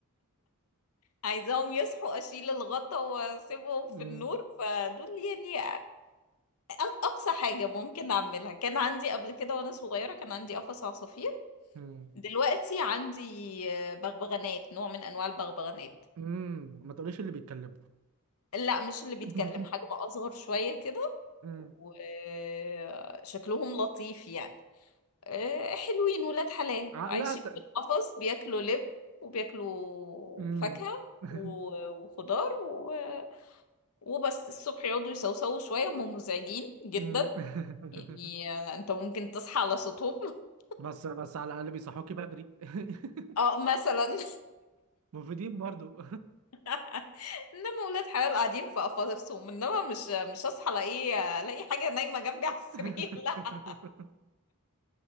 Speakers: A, on the left (about 75°); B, on the right (about 75°).
A: عايزاهم يصحوا اشيل الغطا واسيبهم في
B: امم
A: النور فدول يعني أ- اقصى حاجه ممكن اعملها كان عندي قبل كده وانا صغيره كان عندي قفص عصافير
B: امم
A: دلوقتي عندي آه، بغبغانات نوع من انواع البغبغانات
B: أمم. <laughs> ما تقوليش اللي بيتكلموا
A: لا مش اللي بيتكلم
B: <laughs>
A: حجم اصغر شويه كده
B: امم
A: وشكلهم لطيف يعني آه، حلوين ولاد حلال
B: آه،
A: عايشين
B: لا ت...
A: في القفص بياكلوا لب وبياكلوا
B: امم
A: فاكهة
B: <laughs>
A: و- وخضار و... وبس الصبح يقعدوا يسوسوا شوية هم مزعجين جدا
B: امم <laughs>
A: يعني آه، انت ممكن تصحى على صوتهم <laughs>
B: بس بس على الاقل بيصحوكي بدري <laughs>
A: اه مثلا
B: مفيدين برضو
A: <laughs> انما ولاد حلال قاعدين في قفصهم انما مش مش هصحى الاقي الاقي حاجة نايمة جنبي على السرير
B: <laughs>
A: لا